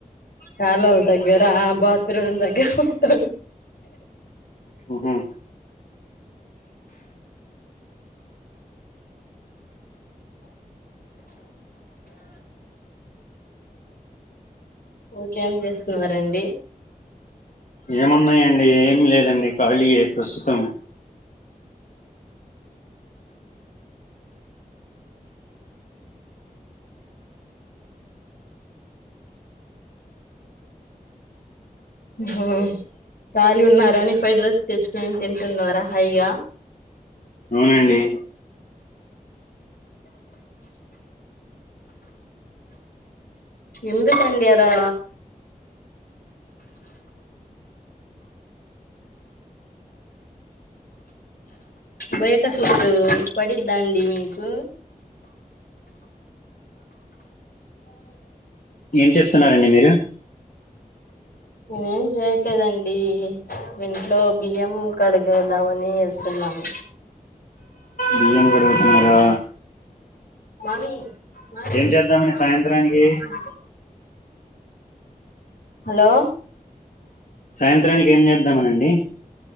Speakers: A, on the left; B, on the left.
A: కాలావ్ల దగ్గర బస్ ఇద్దరం దగ్గర్ ఉంటాది
B: హ్మ్ హు
A: ఇంకేం చేస్తున్నారండి
B: ఏమున్నాయం ఏంలేదండి ఖాళీయే ప్రస్తుతం
A: ఓ ఖాళీ ఉన్నారాని ఫ్రైడ్ రైస్ తెచ్కొన్ని తింటున్నారా హైగా
B: అవునండి
A: ఎందుకండీ అలా బయట ఫుడ్ పడిద్దా అండి మీక్ ట్లో
B: ఏం చేస్తున్నారండి మీరు
A: నేన్నేం జేయట్ లేదండి ఇంట్లో బియ్యం కడుగదామని వెళ్తున్నాను
B: బియ్యం గడుగుతున్నారా
A: మామి మామి
B: చేద్దామని
A: మామని
B: సాయంత్రానికి
A: నిద్ర లేపనా హలో
B: సాయంత్రానికి ఏం చేద్దామనండి